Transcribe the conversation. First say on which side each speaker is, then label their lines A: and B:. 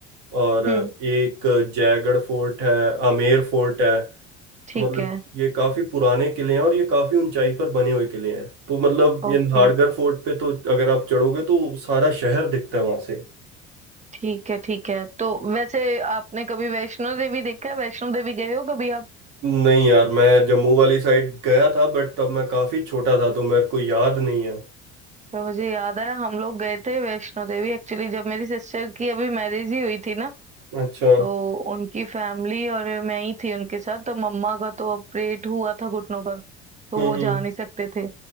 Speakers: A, on the right; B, on the right.
A: और
B: हम्म
A: एक जयगढ़ फोर्ट है आमेर फोर्ट है
B: ठीक
A: तो मतलब
B: है
A: ये काफी पुराने किले हैं और ये काफी ऊंचाई पर बने हुए किले हैं तो मतलब
B: ओके
A: ये नाहरगढ़ फोर्ट पे तो अगर आप चढ़ोगे तो सारा शहर दिखता है वहां से
B: ठीक है ठीक है तो वैसे आपने कभी वैष्णो देवी देखा है वैष्णो देवी गए हो कभी आप
A: नहीं यार मैं जम्मू वाली साइड गया था बट तब मैं काफी छोटा था तो मेरे को याद नहीं है
B: तो मुझे याद है हम लोग गए थे वैष्णो देवी एक्चुअली जब मेरी सिस्टर की अभी मैरिज ही हुई थी ना
A: अच्छा
B: तो उनकी फैमिली और मैं ही थी उनके साथ तो मम्मा का तो ऑपरेट हुआ था घुटनों का तो
A: हम्म
B: वो
A: हम्म,
B: जा नहीं सकते थे